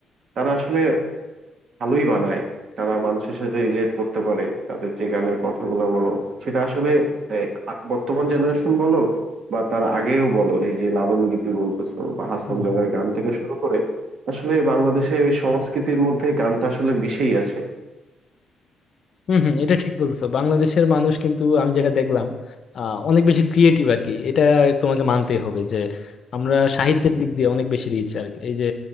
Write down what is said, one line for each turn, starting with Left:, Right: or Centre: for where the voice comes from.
Right: তারা আসলে ভালোই বানায় তারা মানুষের সাথে রিলেট করতে পারে তাদের যে গানের কথাগুলো বলো সেটা আসলে এই, আ- বর্তমান জেনারেশন বলো বা তার আগেও বলো এই যে লালন গীতি বলতেছো বা হাসন
Left: হুম
Right: দাদার
Left: হুম।
Right: গান থেকে শুরু করে আসলে বাংলাদেশে ওই সংস্কৃতির মধ্যে গানটা আসলে মিশেই আছে
Left: হম হম এটা ঠিক বলছো বাংলাদেশের মানুষ কিন্তু আমি যেটা দেখলাম আহ, অনেক বেশি ক্রিয়েটিভ আর কি এটা তোমাকে মানতেই হবে যে আমরা সাহিত্যের দিক দিয়ে অনেক বেশি রিচ আর কি এই যে